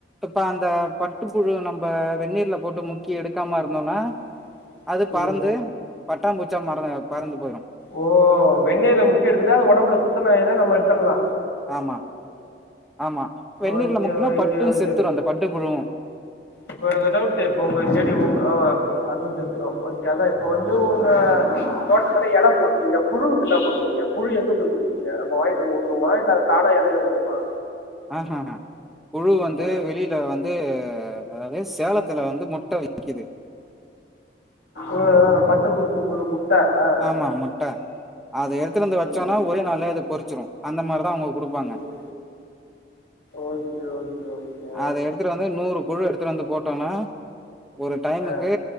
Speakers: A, in the centre; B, on the left.
A: இப்ப அந்த பட்டுப்புழு நம்ப வெந்நீர்ல போட்டு முக் கி எடுக்காம இருந்தோன்னா
B: <inaudible>
A: அது பறந்து
B: ம்
A: பட்டா பூச்சா மறந்து பறந்து போயிரு
B: ஓ வெந்நீர்ல முக்கி எடுத்துட்டா அது ஒடம்புல சுத்தன இத நம்ம எடுத்தற்லா
A: ஆமா ஆமா வெந்நீர்ல
B: ஓகே
A: முக்குனா
B: ஓகே
A: பட்டு
B: ஓகே
A: செத்துரு அந்த பட்டு புழுவு
B: இப்ப எனக்கு ஒரு டவுட்டு இப்ப உங்க செடி உ ஓ அப்ப அதுவு செத்துரு ஓகே அதா இப்ப வந்து உங்க தோட்டத்துல எல போட்டிங்க புழுக்கு என்ன பண்ணுவீங்க புழு எங்க போயி பிடிப்பீங்க நம்ம வாய்ட் உள்ள வுடணுமா இல்ல அது தானா எலேலழுதணுமா
A: ஆ ஹ புழு வந்து
B: ஆ
A: வெளில வந் இது அதாவது சேலத்துல வந்து முட்ட விக்குது
B: உ பட்டு பூச்சி புழு முட்ட ஆ
A: ஆமா முட்டை அத எடுத்துனு வந்து வச்சோனா
B: ம்
A: ஒரே நாள்ல அது பொறிச்சிரு அந்த மாரிதா அவுங்க குடுப்பாங்க
B: ம் ஓகே ஓகே ஓகே
A: அத எடுத்துட்டு வந்து நூறு புழு எடுத்துட்டு வந்து போட்டோனா ஒரு டைமுக்கு
B: ஆ